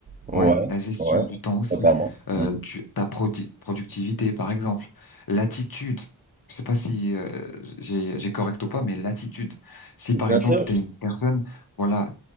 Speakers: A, on the right; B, on the left.
A: Ouais,
B: Ouais, la gestion
A: ouais,
B: du temps aussi.
A: totalement.
B: Euh,
A: Mm.
B: tu, ta produ- productivité, par exemple. L'attitude. Je sais pas si euh, j'ai j'ai correct ou pas, mais l'attitude. Si par
A: Bien
B: exemple
A: sûr.
B: tu es une personne, voilà,